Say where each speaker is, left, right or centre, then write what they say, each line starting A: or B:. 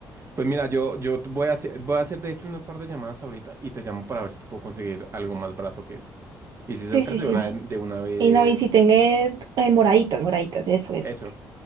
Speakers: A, on the right; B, on the right.
A: Pues mira, yo, yo t- voy a hacer, voy a hacer de hecho un par de llamadas ahorita y te llamo para ver si te puedo conseguir algo más barato que eso. Y si es el
B: Sí,
A: caso,
B: sí, sí.
A: de una, de una vez,
B: Y no, y si tenés eh, moraditas, moraditas, eso es.
A: eso.